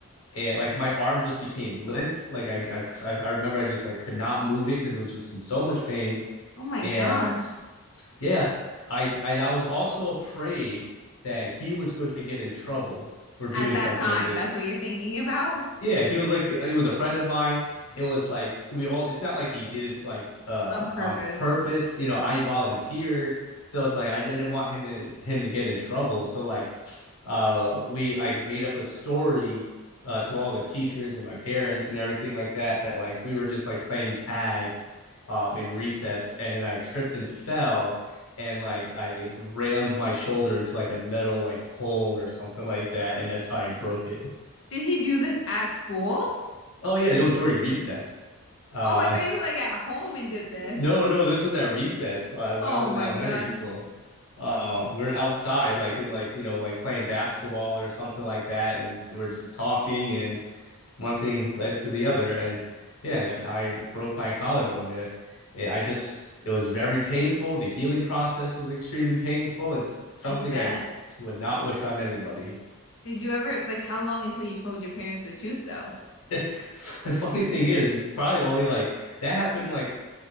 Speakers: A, on the left; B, on the left.
A: and like my arm just became limp. Like I I I I remember I just like could not move it because it was just in so much pain
B: Oh my
A: And
B: gosh.
A: yeah, I and I was also afraid that he was going to get in trouble for doing
B: At that
A: something
B: time,
A: like this.
B: that's what you're thinking about?
A: Yeah, he was like he was a friend of mine. It was like we all it's not like he did it like uh
B: On purpose.
A: on purpose, you know, I volunteered. So it's like I didn't want him to him to get in trouble. So like uh, we like made up a story uh, to all the teachers and my parents and everything like that that like we were just like playing tag um, in recess and then i tripped and fell and like i rammed my shoulder into like a metal like pole or something like that and that's how i broke it
B: Did he do this at school?
A: oh yeah it was during recess uh
B: Oh, I thought you were like at home and did this.
A: no no this was at recess uh,
B: Oh
A: when i was
B: my
A: in elementary
B: gosh.
A: school um we were outside like in like you know like playing basketball or something like that and we we're just talking and one thing led to the other, and yeah, and that's how I broke my collarbone. Uh, yeah, I just it was very painful. The healing process was extremely painful. It's something
B: I bet.
A: I would not wish on anybody.
B: Did you ever like how long until you told your parents the truth though?
A: <laughs> The Funny thing is, it's probably only like that happened like